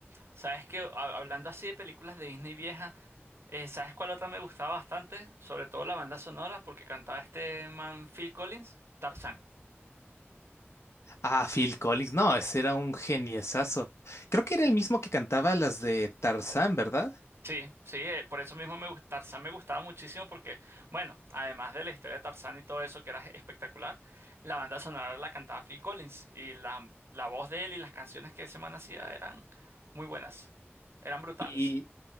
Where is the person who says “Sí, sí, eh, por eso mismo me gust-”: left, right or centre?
Right